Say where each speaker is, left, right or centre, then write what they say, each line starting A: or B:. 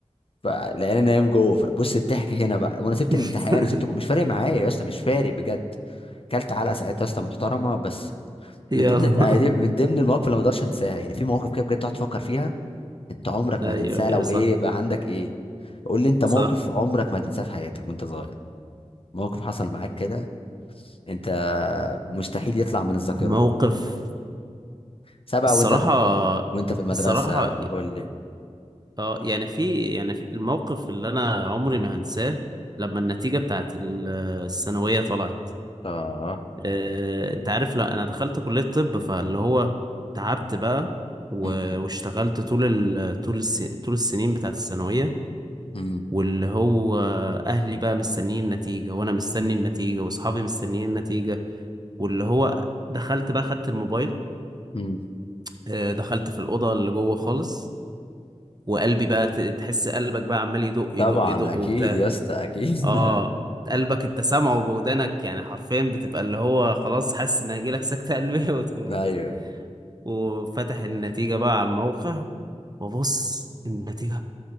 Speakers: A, on the left (about 50°); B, on the right (about 35°).
A: فلقيني نايم جوه فبص الضحك هنا بقى وانا سبت
B: <laughs>
A: الامتحان وسبت مش فارق معايا يا اسطى مش فارق بجد كلت علقة ساعتها يا اسطى محترمة بس
B: يلا
A: من ضمن يعني
B: <laughs>
A: من ضمن المواقف اللي ما اقدرش انساها يعني في مواقف كده بجد تقعد تفكر فيها انت عمرك
B: ايوه
A: ما هتنساها
B: ايوه
A: لو
B: صح
A: ايه بقى عندك ايه قول لي انت موقف
B: صح
A: عمرك ما هتنساه في حياتك وانت صغير موقف حصل معاك كده انت مستحيل يطلع من الذاكرة
B: موقف
A: سبعة
B: الصراحة
A: وانت في وانت في المدرسة
B: الصراحة
A: قول لي
B: اه يعني في يعني في الموقف اللي أنا عمري ما هنساه لما النتيجة بتاعت ال- الثانوية طلعت
A: اه
B: آه، أنت عارف لا أنا دخلت كلية طب فاللي هو تعبت بقى و-
A: م-
B: واشتغلت طول ال... طول الس... طول السنين بتاعت الثانوية
A: م-
B: واللي هو أهلي بقى مستنيين النتيجة وأنا مستني النتيجة وأصحابي مستنيين النتيجة واللي هو دخلت بقى خدت الموبايل
A: م.
B: آه، دخلت في الأوضة اللي جوه خالص وقلبي بقى ت- تحس قلبك بقى عمال يدق يدق
A: طبعا
B: يدق
A: اكيد
B: وبتاع
A: يا اسطى اكيد <laughs>
B: اه قلبك انت سامعه بودانك يعني حرفيا بتبقى اللي هو خلاص حاسس ان هيجيلك سكتة قلبية <laughs> وتموت
A: ايوه
B: وفتح النتيجة بقى على الموقع وبص النتيجة